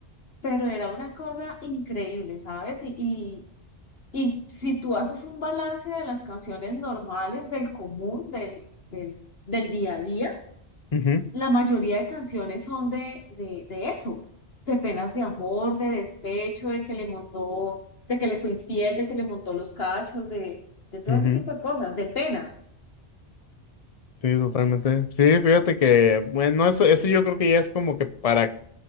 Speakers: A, on the left; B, on the left.
A: Pero era una cosa increíble, ¿sabes? Y, y, y si tú haces un balance de las canciones normales, del común, del, del, del día a día,
B: Ujú,
A: la mayoría de canciones son de, de, de eso, de penas de amor, de despecho, de que le montó, de que le fue infiel, de que le montó los cachos, de, de todo
B: ujú.
A: ese tipo de cosas, de pena,
B: Sí, totalmente. Sí, fíjate que, bueno, eso, eso yo creo que ya es como que para,